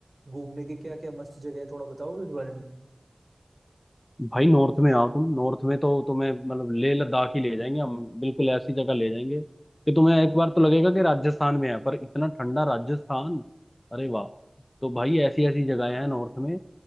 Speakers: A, on the right; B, on the left.
A: घूमने की क्या क्या मस्त जगह है थोड़ा बताओगे इस बारे
B: भाई नॉर्थ में आओ तुम नॉर्थ में तो तुम्हें मतलब लेह लद्दाख ही ले जाएंगे हम बिल्कुल ऐसी जगह ले जाएंगे कि तुम्हें एक बार तो लगेगा कि राजस्थान में है पर इतना ठंडा राजस्थान अरे वाह तो भाई ऐसी ऐसी जगहें हैं नॉर्थ में